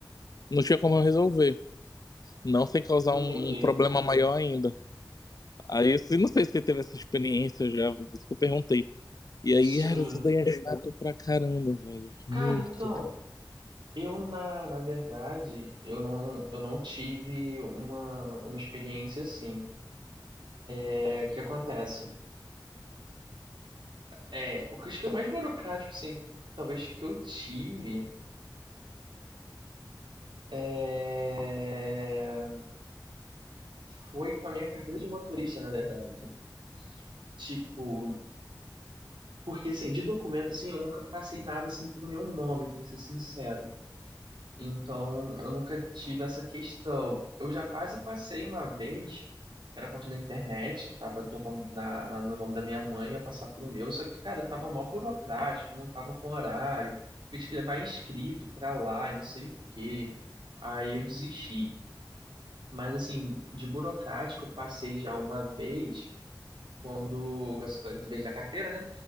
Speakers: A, on the left (about 50°); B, on the right (about 75°).
A: não tinha como resolver. Não sem causar
B: entendi.
A: um um problema maior ainda. Aí eu não sei se você teve essa experiência já, por isso que eu perguntei. E aí,
B: Sim.
A: cara, isso daí é chato pra caramba, velho. Muito.
B: Cara, então, eu na, na verdade, eu não, eu não tive uma, uma experiência assim. É, o que acontece? É, o que eu acho que é o mais burocrático, assim, talvez que eu tive é, foi com a minha carteira de motorista, na verdade. Tipo, Porque, assim, de documento, assim, eu nunca passei nada, assim, pro meu nome, para ser sincero. Então, eu nunca tive essa questão. Eu já quase passei uma vez, que era conta da internet, que tava no, con- na, na- no nome da minha mãe, ia passar pro meu, só que, cara, tava mó burocrático, não tava com horário, eu tinha que levar inscrito pra lá, e não sei o quê. Aí eu desisti. Mas, assim, de burocrático, eu passei já uma vez, quando, essa foi a vez da carteira, né?